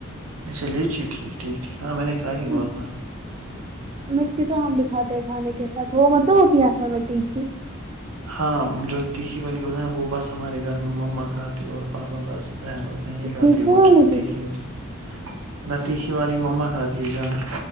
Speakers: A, on the right; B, on the right.
A: اچھا لیچی ٹھیک ٹھیک ٹھیک ہاں میں نے کھا ہے
B: ہم،
A: بہت بہار
B: مرچی تو ہم بھی کاتے ہیں کھانے کے ساتھ وہ مطلب ہوتی ہےصل میں ٹیکھی
A: ہاں جو تیکھی والی دا وہ بس ہمارے گھر میں مما کھاتے اور پاپا بس بہن اور میں نہیں
B: ٹیکھے
A: کھاتی ہے وہ
B: والی
A: جو
B: بھی
A: تیکخھی ہوتی ہے نہ تیکخھی والی مما کھاتی ہے جدہ